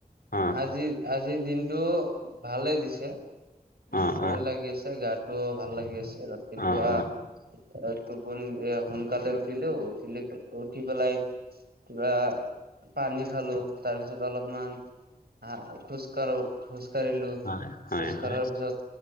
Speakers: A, on the left; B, on the right.
A: অ
B: আজি। আজিৰ দিনটো ভালে দিছে।
A: অ
B: ভাল
A: অ
B: লাগি আছে গাটো ভাল লাগি আছে ৰাতিপুৱা,
A: অ অ
B: এ, টোপনি সোনকালে উঠিলোঁ। উঠিলে উঠি পেলাই, কিবা পানী খালো তাৰপিছত অলপমান, আহ' খোজ কাঢ়ো খোজ কাঢ়িলো
A: হয় হয়
B: খোজ কঢ়াৰ
A: হয়
B: পিছত,